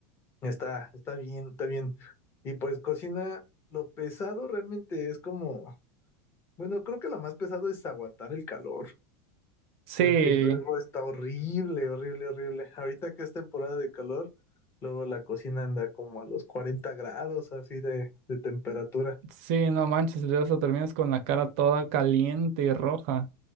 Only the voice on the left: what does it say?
Está, está bien, está bien. Y pues cocina, lo pesado realmente es como, bueno, creo que lo más pesado es aguantar el calor,
porque luego está horrible, horrible, horrible. Ahorita que es temporada de calor, luego la cocina anda como a los 40 grados así de, de temperatura.